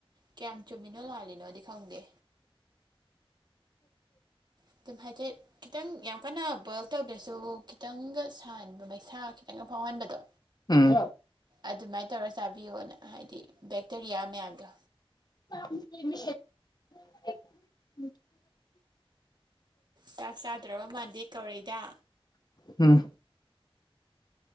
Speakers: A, on the right; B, on the left.
A: ꯀꯌꯥꯝ ꯆꯨꯝꯃꯤꯅꯣ ꯂꯥꯜꯂꯤꯅꯣꯗꯤ ꯈꯪꯗꯦ ꯑꯗꯨꯝ ꯍꯥꯏꯖꯩ ꯈꯤꯇꯪ ꯌꯥꯝ ꯀꯟꯅ ꯕꯣꯏꯜ ꯇꯧꯗ꯭ꯔꯁꯨ ꯈꯤꯇꯪꯒ ꯁꯥꯍꯟꯥꯟꯕ ꯃꯩꯁꯥ ꯈꯤꯇꯪꯒ ꯐꯥꯎꯍꯟꯕꯗꯣ
B: ꯎꯝ
A: ꯑꯗꯨꯃꯥꯏꯅ ꯇꯧꯔꯒ ꯆꯥꯕꯤꯌꯣꯅ ꯍꯥꯏꯗꯤ ꯕꯦꯛꯇꯔꯤꯌꯥ ꯃꯌꯥꯝꯗꯣ
B: <unintelligible>
A: ꯆꯥꯛ ꯆꯥꯗ꯭ꯔꯕ ꯃꯥꯟꯗꯦ ꯀꯧꯔꯩꯗ
B: ꯎꯝ